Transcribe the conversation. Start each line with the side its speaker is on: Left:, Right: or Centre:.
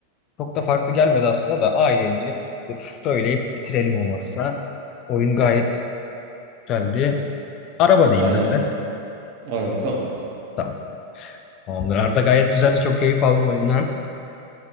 Left: çok da farklı gelmedi aslında da A ile ilgili dur söyleyip bitirelim olmazsa. Oyun gayet güzeldi. Araba diyeyim
Right: Aynen.
Left: ben de.
Right: Araba tamam.
Left: Tamam. Tamamdır. Arda gayet güzeldi. Çok keyif aldım oyundan.